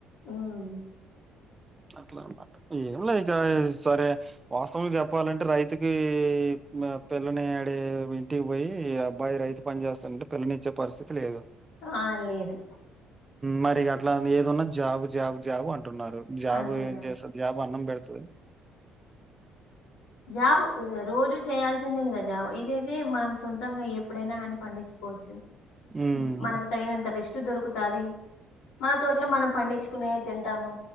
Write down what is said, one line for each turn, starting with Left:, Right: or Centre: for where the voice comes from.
Left: ఉమ్
Right: అట్లా అన్నమాట ఏం లే ఇక సరే వాస్తవంగా చెప్పాలంటే రైతుకి ఇ మ పెన్ పిల్లని ఆడే ఇంటికిబొయ్యి ఈ అబ్బాయి రైతు పని జేస్తడంటే పిల్లనిచ్చే పరిస్థితి లేదు
Left: ఆ లేదు
Right: మరి గట్లా ఏదున్న జాబు జాబు జాబు అంటున్నారు జాబు
Left: అంటున్నారు
Right: ఏం జెస్తార్ జాబు అన్నం బెడు తద
Left: జబు అ రోజు చేయాల్సి సిందే ఇంగ జాబు ఇదైతే మనం సొంతంగా ఎప్పుడైనా గానీ పండిచ్చుకోచ్చు
Right: ఉమ్
Left: ఉ మనకు తగినంత రెస్టు దొరుకుతాది మన తోట్లో మనం పండిచ్చుకునే తింటాము